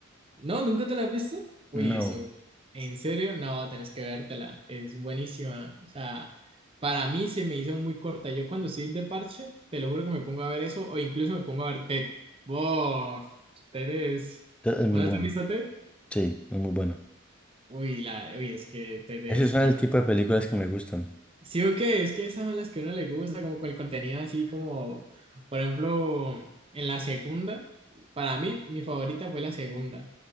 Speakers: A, on the right; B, in the centre.
A: ¿No? ¿Nunca te la has visto? Uy,
B: No.
A: eso, ¿en serio? No, tenés que vértela, es buenísima. O sea, para mí se me hizo muy corta. Yo cuando estoy de parche, te lo juro que me pongo a ver eso o incluso me pongo a ver TED. ¡Wow! TED es...
B: Es es muy
A: ¿Vos no
B: bueno.
A: te has visto TED?
B: Sí, es muy bueno.
A: Uy, la... Uy, es que TED es
B: Esos son
A: una...
B: el
A: co-
B: tipo de películas que me gustan.
A: Sí o qué, es que esas son las que a uno le gusta, como con el contenido así como, por ejemplo, en la segunda, para mí mi favorita fue la segunda.